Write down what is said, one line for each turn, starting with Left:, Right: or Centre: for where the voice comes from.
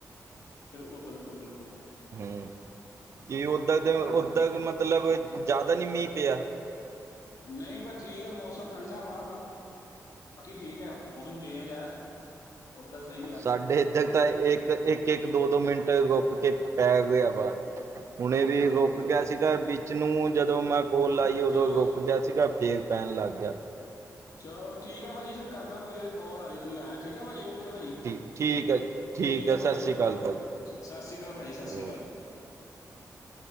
Left: ਬਿਲਕੁੱਲ-ਬਿਲਕੁੱਲ- ਬਿਲਕੁੱਲ।
Right: ਹੂੰ ਕਿ ਓਦਾਂ ਦੇ
Left: ਹਾਂਜੀ
Right: ਓਦਾਂ ਮਤਲਬ ਜ਼ਿਆਦਾ ਨੀ ਮੀਂਹ ਪਿਆ।
Left: ਨਹੀਂ ਬਸ ਠੀਕ ਆ, ਮੌਸਮ ਠੰਡਾ ਵਾ ਬਾ ਬਾਕੀ ਠੀਕ ਐ। ਮੌਸਮ ਚੇਂਜ ਆ। ਓਦਾਂ ਸਹੀ
Right: ਸਾਡੇ ਇੱਧਰ ਤਾਂ ਇੱਕ-ਇੱਕ-ਇੱਕ ਦੋ-ਦੋ ਮਿੰਟ ਰੁੱਕ ਕੇ ਪੈ ਗਿਆ ਵਾ, ਹੁਣੇ ਵੀ
Left: ਚਲੋ
Right: ਰੁਕ
Left: ਠੀਕ
Right: ਗਿਆ ਸੀਗਾ ਵਿੱਚ ਨੂੰ ਜਦੋਂ ਮੈਂ ਕੋਲ ਆਈ। ਏ ਉਦੋਂ
Left: ਚਲੋ
Right: ਰੁਕ ਗਿਆ ਸੀਗਾ, ਫੇਰ ਪੈਣ ਲੱਗ ਗਿਆ।
Left: ਚਲੋ ਠੀਕ ਐ ਪਾਜੀ ਫਿਰ ਕਰਦਾ ਕੋਲ ਆ ਰਹੀ ਕੋਈ ਆਇਆ ਠੀਕ ਹੈ ਪਾਜੀ ਓ ਓਕੇ ਭਾਜੀ,
Right: ਠੀ ਠੀਕ ਹੈ ਜੀ
Left: ਠੀਕ
Right: ਹੈ
Left: ਆ
Right: ਸਤਿ
Left: ਭਾਜੀ,
Right: ਸ਼੍ਰੀ
Left: ਓਕੇ
Right: ਅਕਾਲ
Left: ਭਾਜੀ, ਸਤਿ ਸ਼੍ਰੀ ਅਕਾਲ ਭਾਜੀ, ਸਤਿ ਸ਼੍ਰੀ
Right: ਓ
Left: ਅਕਾਲ ਜੀ।